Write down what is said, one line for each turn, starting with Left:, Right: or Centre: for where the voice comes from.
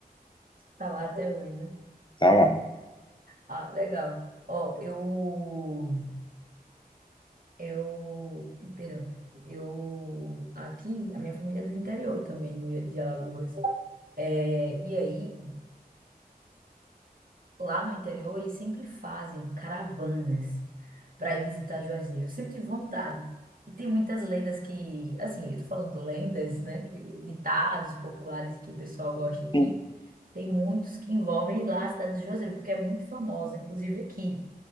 Right: tá lá até hoje, né?
Left: tá lá.
Right: Ah, legal. Ó, eu... Eu, perdão, eu aqui, a minha família é do interior também, do, de Alagoas. É, e aí, lá no interior, eles sempre fazem caravanas para ir visitar Juazeiro. Eu sempre tive vontade. E tem muitas lendas que, assim, eu tô falando lendas, né, que, ditados populares que o pessoal gosta aqui.
Left: Sim.
Right: Tem muitos que envolvem ir lá a cidade de Juazeiro, porque é muito famosa, inclusive aqui.